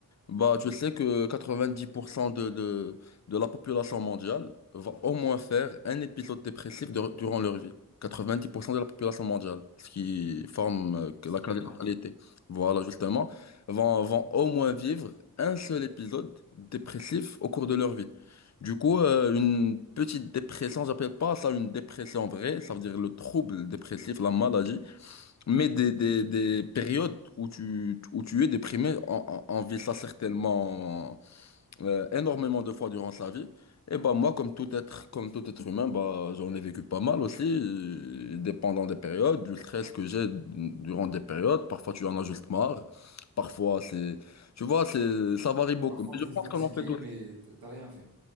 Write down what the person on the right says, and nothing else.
Ce
qui
est énorme.
Parfois,
t'es
fatigué,
mais t- t'as rien fait.